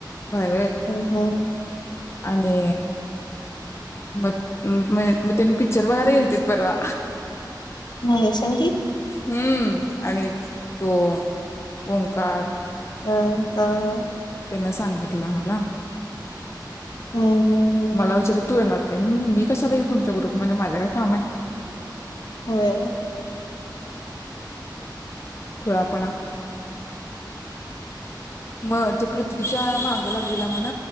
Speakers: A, on the left; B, on the left.
A: होय
B: हा हा
A: आणि मग म म त्यांनी पिकच्चर बगायला गेलतेत परवा
B: महेश न ती
A: हम्म आणि तो ओंकार
B: हम हा ह
A: त्यांन सांगितलं मला
B: हम्म हम्म हम्म
A: मला विचार तू येणार काय? मी कशाला येऊ तुमच्या ग्रूप मध्ये माझं काय काम आहे
B: होय
A: खुळापणा म तो कृत्वीच्या माग लागलेला म्हण